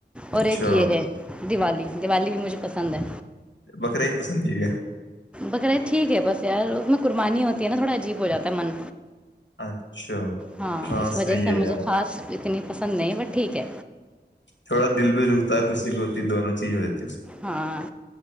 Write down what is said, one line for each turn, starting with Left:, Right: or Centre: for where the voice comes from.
Left: اچھا
Centre: اور ایک یہ ہے دیوالی دیوالی بھی مجھے پسند ہے
Left: بقرا عید پسند نہیں
Centre: ہ ٹھیک ہے بس یار اس میں قربانی ہوتی ہے نا تھوڑا عجیب ہو جاتا ہے من
Left: ہے اچھا
Centre: ہاں اس وجہ
Left: صحیح
Centre: سے
Left: ہے
Centre: مجھے
Left: یار
Centre: خاص اتنی پسند نہیں بٹ ٹھیک ہے
Left: تھوڑا دل بھی رکتا ہے خوشی بھی ہوتی ہے دونوں چیز ہو ہے اس
Centre: ہاں